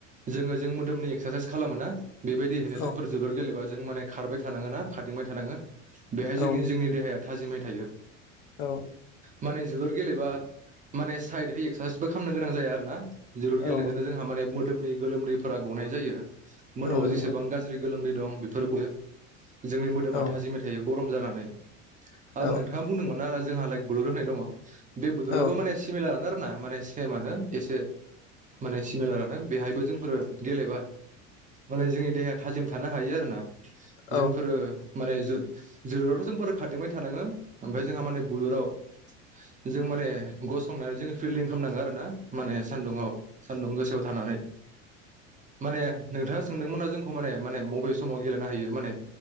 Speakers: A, on the right; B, on the left.
A: जोंङो जों मोदोमनि एक्सारसाइस खालामो ना। बेबायदि हैनो
B: औ
A: जोंफोर जोबोर गेलेबा जों माने। खारबाय थानांगोन ना। खारदिंबाय थानांङो बेहाय जोंनि
B: औ
A: जोंनि देहाया। थाजिमै थायो।
B: औ।
A: माने जोलुर गेलेबा माने साइद एक्सारसाइसबो खालामनो गोनां जाया आरो ना। जोलुर गेलेजों
B: औ
A: जोंहा माने। मोदोमनि गोलोमदैफोरा गनाय जायो। मोदोमाव
B: औ नंगौ
A: जेसेबां गाज्रि गोलोमदै। दं बेफोरबो। <inaudible> जोंनि मोदोमा
B: औ
A: थाजिमै थायो गरम जा‌ लानो। आरो
B: औ
A: नोंथांङा बुंदोंमोन ना। जोंहा लाइक बुुल‌ होननाय दंङ। बे बदरावबो
B: औ
A: माने सिमिलार आरो। ना माने सि सेमानो एसे। माने सिमिलारानो बेहाय बो। जोंफोर गेलेबा। माने जोंनि देहाया थाजिम थानो हायो आरो ना।
B: औ
A: जोंफोरो माने जु जोलोरावथ' जोंफोरो खारदिंबाय थानांङो। ओमफाय जोंहा माने बुलुराव। जों माने गसंनानै जों फिल्डिं खालामनांगो आरो ना। माने सान्दुंआव सान्दुं गोसोआव थानानै माने नोंथा सोंदोंमोना जोंखौ माने माने मबे समाव गेलेनो हायो माने।